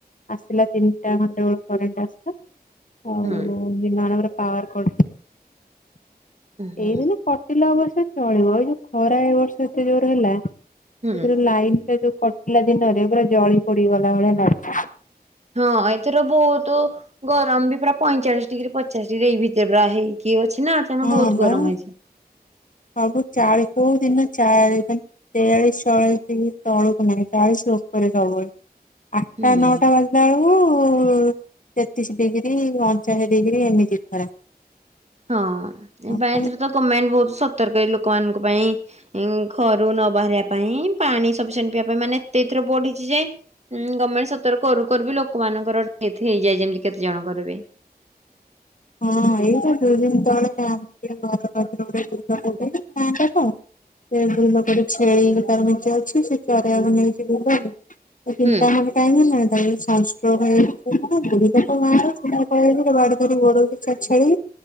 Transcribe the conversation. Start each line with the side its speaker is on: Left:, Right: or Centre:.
Left: ଆସିଲା ତିନିଟା ଖଣ୍ଡେ ବେଳକୁ କରେଣ୍ଟ ଆସିଲା। ହଉ
Right: ହୁଁ
Left: ହଉ ଦିନରେ ପାୱାର୍ କଟ।
Right: ହୁଁ
Left: ଏଇଦିନ କଟିଲ ଅବର୍ଷ ଚଳିବ ଏଇ ଯୋଉ ଖରା ଏ ବର୍ଷ ଏତେ ଯୋର ହେଲା। ସେଥି
Right: ହୁଁ
Left: ଲାଇନଟା ଯୋଉ କଟିଲା ଦିନରେ ପୁରା ଜଳି ପଡିଗଲା ଭଳିଆ ଲାଇ
Right: ହଁ ଏଥିର ବହୁତ ଗରମ ବି ପୁରା ପଇଁଚାଳିଶ ଡିଗ୍ରୀ ପଚାଶ ଡିଗ୍ରୀ ଏଇ ଭିତରେ ପୁରା ହେଇକି କି ଅଛି ନା ଆପଣ
Left: ଲାଗିଲା ହଁ
Right: ବହୁତ
Left: ବା
Right: ଗରମ ହେଇଛି।
Left: ସବୁ ଚାଳିି କୋଉ ଦିନ ଚାଳି ତେୟାଳିଶି ଚଉରାଳିଶି ଡିଗ୍ରି ତଳୁକୁ ନାହିଁ ଚାଳିଶି ଉପରେ ସବୁ ବେଳେ ଆଠଟା
Right: ହୁଁ
Left: ନଅଟା ବାଜିଲା ବେଳକୁ ତେତିଶି ଡିଗ୍ରୀ ଅଣଚାଳିଶି ଡିଗ୍ରୀ ଏମିତି ଖରା।
Right: ହଁ ଏଇଥି
Left: ହଁ
Right: ପାଇଁ ତ ଗମେଣ୍ଟ ବହୁତ ସତର୍କ ଏଇ ଲୋକମାନଙ୍କ ପାଇଁ ଉଁ ଘରୁ ନ ବାହାରିବା ପାଇଁ ପାଣି ସପିସେଣ୍ଟ ପିଇବା ପାଇଁ ମାନେ ଏତେ ଏଥର ବଢିଛି ଯେ ଗର୍ଣ୍ଣମେଣ୍ଟ ସତର୍କ କରୁ କରୁ ବି ଲୋକମାନଙ୍କର ଡେଥ ହେଇଯାଏ ଏମିତି କେତେ ଜଣଙ୍କର ବି।
Left: ହଁ ଏଇ ତ ଦୁଇ ଦିନି ତଳେ ଆମ ସେ ଘର ପାଖର ଗୋଟେ <unintelligible> ସେ ବୁଢୀ ଲୋକଟେ ଛେଳି ତାର ମେଞ୍ଚେ ଅଛି ସେ ଚରେଇଆକୁ ନେଇକି ବୁଲାନ୍ତି ସେ ତିନଟା
Right: ହୁଁ
Left: ଖଣ୍ଡେ କାହିଁକି ନା ତାକୁ ସନଷ୍ଟ୍ରୋକ ହେଇକି ବୁଢି ଟା ତ ଗାଁର ପିଲା କହିବା କଥା ବାଡି ଧରିକି ଗୋଡଉଛି।